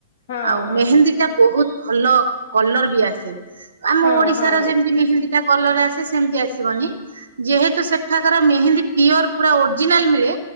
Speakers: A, on the left; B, on the right.
A: ହଁ
B: ଆଉ
A: ହଁ
B: ମେହେନ୍ଦୀ ଟା ବହୁତ ଭଲ କଲର ବି ଆସେ। ଆମ
A: ହଁ
B: ଓଡିଶାର
A: ହଁ
B: ଯେମିତି ମେହେନ୍ଦୀ ଟା କଲର ଆସେ ସେମିତି ଆସିବନି ଯେହେତୁ ସେଠାକାର ମେହେନ୍ଦୀ ପିଓର ପୁରା ଓରିଜିନାଲ ମିଳେ